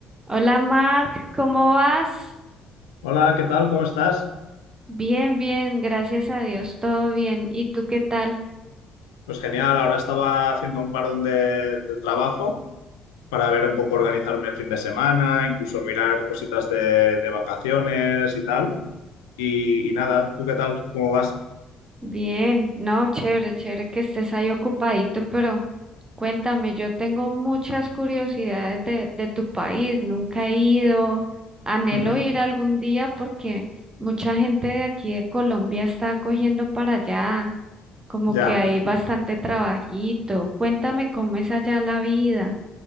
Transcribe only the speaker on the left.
Hola, ¿qué tal? ¿Cómo estás?
Pues genial, ahora estaba haciendo un parón de, del trabajo para ver un poco organizarme el fin de semana, incluso mirar cositas de, de vacaciones y tal. Y, y nada, ¿tú qué tal? ¿Cómo vas?
Ujú.
Ya,